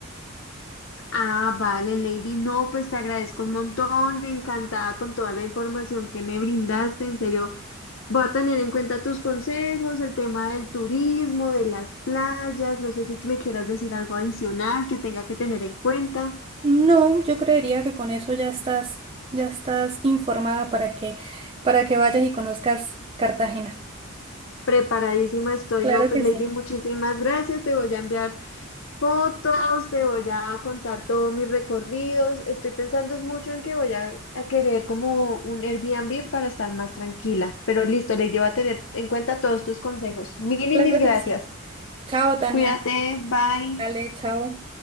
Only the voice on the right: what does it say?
No, yo creería que con eso ya estás, ya estás informada para que, para que vayas y conozcas Cartagena.
Claro
que
sí.
Claro
que sí. Chao, Tania.
Dale, chao.